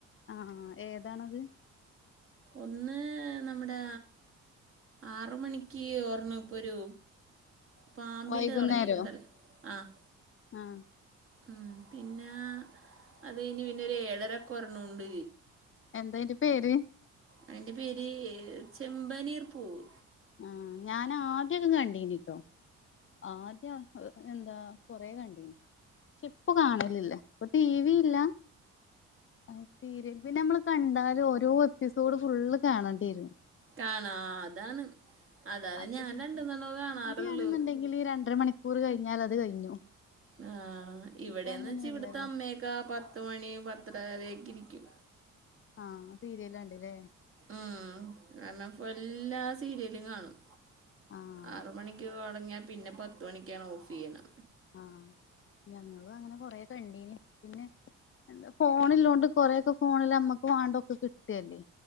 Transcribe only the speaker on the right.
ഒന്ന് നമ്മുടെ ആറുമണിക്ക് ഓർണ ഇപ്പൊ ഒരു പാമ്പിന്റെ
തൊടങ്ങിട്ടുണ്ടല്ലേ ആഹ്
ഉം പിന്നെ അത് കഴിഞ്ഞ് പിന്നെ ഒരു ഏഴരക്ക് ഒരെണ്ണം ഒണ്ട്
അയിന്റെ പേര് ചെമ്പനീർ പൂവ്
കാണാം അതാണ് അതാണ്
ഞാൻ
രണ്ടോന്നനാണവെ കാണാറുള്ളു
ആ ഇവിടേന്ന്
വെച്ചാ ഇവിടത്തെ അമ്മയൊക്കെ പത്തുമണി പത്തരവരേക്കിരിക്കും
മ്മ് <unintelligible> സീരിയലും കാണും
ആറ് മണിക്ക് കാ ണാൻ തൊടങ്ങിയ പിന്നെ പത്ത് മണിക്കാണ് ഓഫ് ചെയ്യണെ